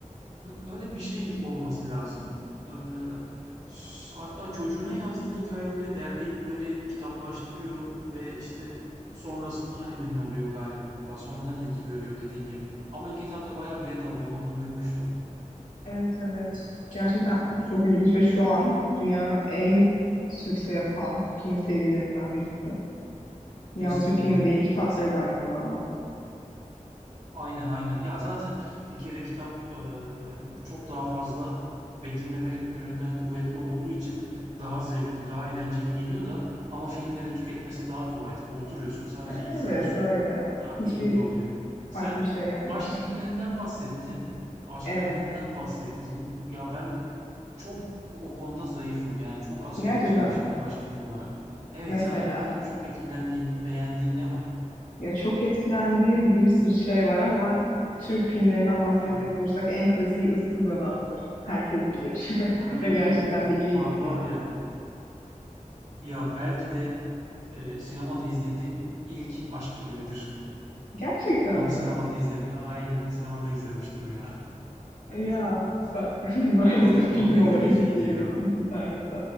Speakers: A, on the right; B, on the left.
A: Öyle bir şey olması lazım. Yani, s- hatta çocuğuna yazdığı hikayeleri derleyip böyle kitaplaştırıyor ve işte sonrasında hani ünlü oluyor galiba. Sonradan ilgi görüyor dediğin gibi. Ama ilk etapta bayağı bir red alıyor. Onu duymuştum.
B: Evet evet. Gerçekten çok ilginç ve şu an dünyanın en sükse yapan film serilerinden birisi. Yalnızca
A: Kesinlikle.
B: filmi değil, kitapları
A: Sen
B: da aynı zamanda.
A: Aynen aynen. Ya zaten bir kere kitap eee, çok daha fazla betimleme yönünden kuvvetli olduğu için daha zevkli, daha eğlenceli geliyor da ama filmleri tüketmesi daha kolay tabii. Oturuyorsun, sadece
B: Evet
A: izliyorsun.
B: öyle.
A: Daha
B: Hiçbir
A: keyifli oluyor. Sen
B: farklı bir şey yapmıyorsun.
A: aşk filmlerinden bahsettin. Aşk
B: Evet.
A: filmlerinden bahsettin. Ya ben çok o konuda zayıfım yani. Çok az
B: Gerçekten
A: film izlemişimdir
B: bu.
A: aşk filmi olarak. Evet
B: Mesela
A: sen hani böyle çok etkilendiğin, beğendiğin ne var?
B: Ya çok etkilendiğim bir sürü şey var ama Türk filmlerinden bahsedecek
A: Yani
B: olursak en klasiği Issız Adam'dır. Herkes bilir.
A: hmm,
B: <laughs> Ve gerçekten de iyi
A: bak
B: bir
A: var
B: film.
A: ya Ya belki de e, sinemada izlediğim ilk aşk filmidir.
B: Gerçekten
A: Onu
B: mi?
A: sinemada izlemiştim. Aynen sinemada izlemiştim ya.
B: Ya
A: <laughs>
B: ben <laughs> maalesef
A: Çok çok
B: film
A: etkileyiciydi
B: olarak izleyebildim
A: ya.
B: internette.